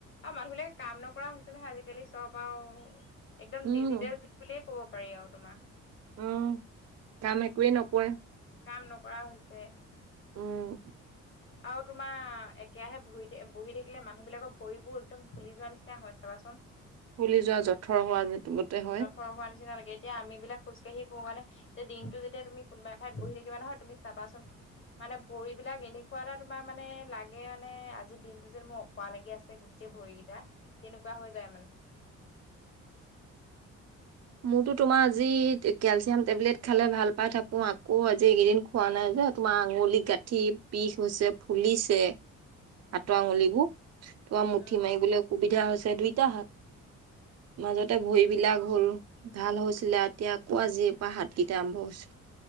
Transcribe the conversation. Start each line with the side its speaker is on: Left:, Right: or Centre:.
Left: আৰু মানুহ বিলাকে কাম নকৰা হৈছে নহয় আজিকালি চব আৰু অ, একদম
Right: উম,
Left: ডিজিটেল যুগ বুলিয়ে কব পাৰি আৰু তোমাৰ।
Right: উম, কাম একোৱে নকয়।
Left: কাম নকৰা হৈছে।
Right: উম।
Left: আৰু তোমাৰ একোহে বহি বহি থাকিলে মানুহ বিলাকৰ ভৰিবোৰ একদম ফুলি যোৱা নিচিনা হয় চাবাচোন।
Right: ফুলি যোৱা জঠৰ হোৱা গোটেই হয়।
Left: জঠৰ হোৱা নিচিনা এতিয়া আমি বিলাক খোজকাঢ়ি ফুৰো কাৰণে এতিয়া দিনটো যেতিয়া তুমি কোনোবা ঠাই বহি থাকিবা নহয় তুমি চাবাচোন। মানে ভৰিবলাক এনেক খোৱা এটা তোমাৰ মানে লাগে মানে আজিৰ দিনটো যেন মোৰ অকৰা লাগি আছে গোটেই ভৰিকেইটা। তেনেকুৱা হৈ যায় মানে।
Right: মোৰতো তোমাৰ আজি কেলচিয়াম টেবলেট খালে ভাল পাই থাকো আকৌ আজি এইকেইদিন খোৱা নাই। তোমাৰ আঙুলি, গাঁঠি বিষ হৈছে ফুলিছে। হাতৰ
Left: উম
Right: আঙুলিবোৰ তোমাৰ মুঠি
Left: উম
Right: মাৰিবলৈ অসুবিধা হৈছে। দুইটা হাত, মাজতে ভৰি বিলাক হ'ল। ভাল হৈছিলে এতিয়া আকৌ আজিৰ পৰা হাতকেইটা আৰম্ভ হৈছো।